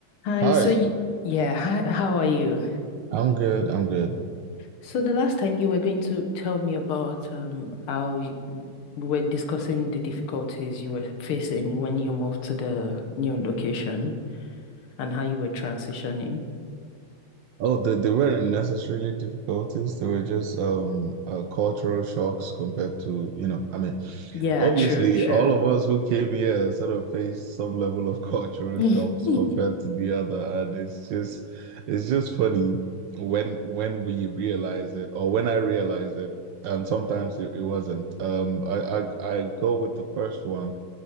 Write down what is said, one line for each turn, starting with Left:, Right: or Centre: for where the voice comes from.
Left: Hi,
Right: Hi,
Left: so you, yeah, hi, how are you?
Right: I'm good. I'm good.
Left: So the last time you were going to tell me about um how you, we were discussing the difficulties you were facing when you moved to the new location and how you were transitioning.
Right: Oh, they, they weren't necessarily difficulties. They were just um uh, cultural shocks compared to, you know, I mean,
Left: Yeah,
Right: obviously
Left: true, true.
Right: all of us who came here sort of faced some level of <laughs> cultural
Left: <laughs> Mhm.
Right: shocks compared to the other, and it's just it's just funny when when we realize it or when I realize it, and sometimes it, it wasn't. Um, I, I I go with the first one.